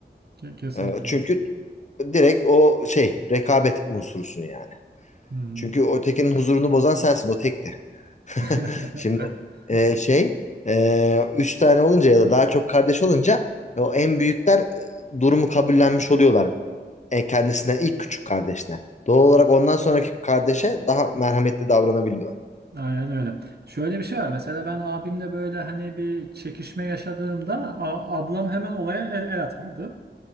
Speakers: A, on the right (about 60°); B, on the left (about 40°).
A: Ke- kesinlikle.
B: Ee, çünkü
A: öyle.
B: direkt o şey rekabet unsurusun yani.
A: Hı hı.
B: Çünkü o tekinin huzurunu bozan sensin o tekti. <laughs>
A: <laughs>
B: Şimdi e, şey e, üç tane olunca ya da daha çok kardeş olunca e, o en büyükler e, durumu kabullenmiş oluyorlar. E, kendisine ilk küçük kardeşine. Doğal olarak ondan sonraki kardeşe daha merhametli davranabiliyorlar.
A: Aynen öyle. Şöyle bir şey var. Mesela ben abimle böyle hani bir çekişme yaşadığımda a- ablam hemen olaya el, el atardı.